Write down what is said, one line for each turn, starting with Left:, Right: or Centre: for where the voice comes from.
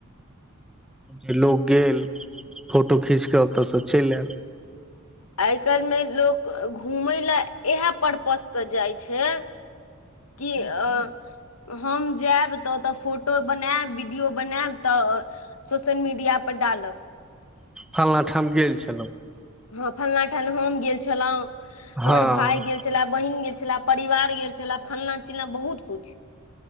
Centre: जे लोक गेल फोटो खींच कऽ ओतय सँ चलि आयल
Left: आइ काल्हि मे लोक घूमय लेए इएह परर्पज सँ जाइ छै की अ हम जायब तऽ ओतय फोटो बनायब वीडियो बनायब तऽ सोशल मीडिया पर पर डालब
Centre: फल्ना ठाम गेल छी
Left: हँ फलना ठन हम गेल छलहुँं
Centre: हँ
Left: हमर भाय गेल छले बहिन गेल छलै परिवार गेल छलै फल्लना चिल्लना बहुत किछ